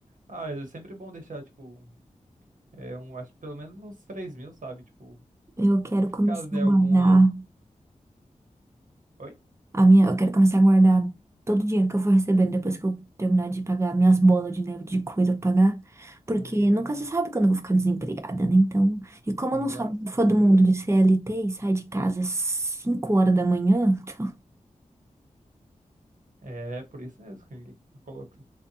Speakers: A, on the right; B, on the right.
A: Ah, é sempre bom deixar, tipo, é, um, acho que pelo menos uns três mil, sabe? Tipo,
B: eu quero
A: se
B: começar
A: caso der
B: a guardar
A: alguma. Oi?
B: a minha, eu quero começar a guardar todo o dinheiro que eu for recebendo depois que eu terminar de pagar minhas bolas de neve de coisa pra pagar,
A: Hum,
B: porque nunca se sabe quando eu vou ficar desempregada, né? Então, e como
A: exato,
B: eu não sou muito
A: tem
B: fã do
A: um
B: mundo
A: detalhe.
B: de CLT e saio de casa às 5 horas da manhã, <laughs> então,
A: É por isso mesmo que eu coloco